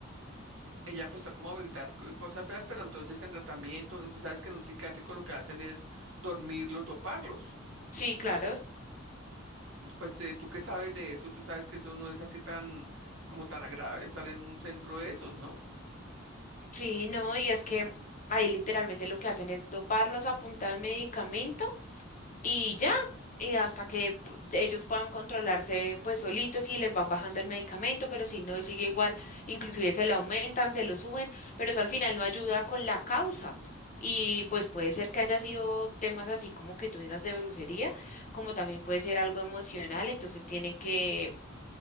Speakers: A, on the right (about 70°); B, on the left (about 40°).
A: ella empezó como a evitar co- cosas feas, pero entonces en tratamiento, tú sabes que en un psiquiátrico lo que hacen es dormirlos, doparlos.
B: Sí, claro,
A: Eh, Pues eh, tú qué sabes de eso, tú sabes que eso no es así tan como tan agradable estar en un centro de esos, ¿no?
B: sí, no, y es que ahí literalmente lo que hacen es doparlos a punta de medicamento Y ya, y hasta que p- ellos puedan controlarse pues solitos y les van bajando el medicamento, pero si no, sigue igual, inclusive se lo aumentan, se lo suben, pero eso al final no ayuda con la causa. Y pues puede ser que haya sido temas así como que tú digas de brujería, como también puede ser algo emocional, entonces tienen que,